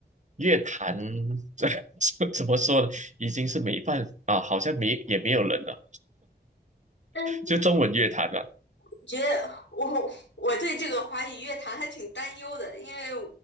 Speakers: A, on the right; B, on the left.
A: 乐坛这 <laughs> 怎么说呢，已经是没办法啊，好像没也没有人了，
B: 嗯。
A: 就中文乐坛了。
B: 觉得我我对这个华语乐坛还挺担忧的，因为